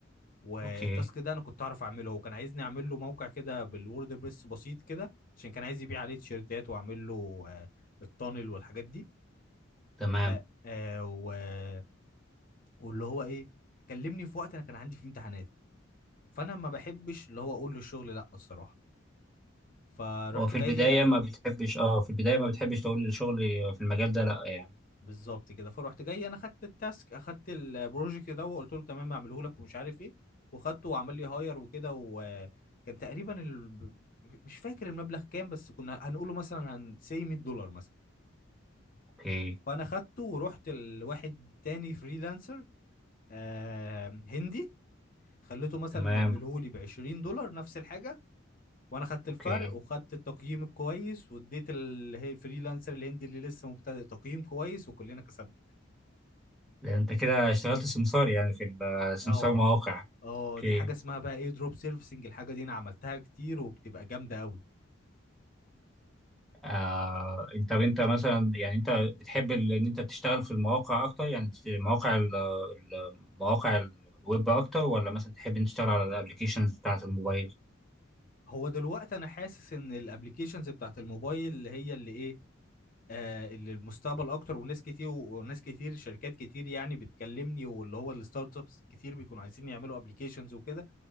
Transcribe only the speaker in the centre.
اوكي
تمام
هو في
البدايه ما بتحبش اه في البدايه ما بتحبش تقول الشغل في المجال ده لا يعني
اوكي
تمام
اوكي
ده انت كده اشتغلت سمسار يعني في السمسار
مواقع
اوكي
آه انت انت مثلا يعني انت بتحب ال- ان انت تشتغل في المواقع اكتر يعني في مواقع ال- ال- مواقع الويب اكتر ولا مثلا تحب ان تشتغل على الابلكيشنز بتاعت الموبايل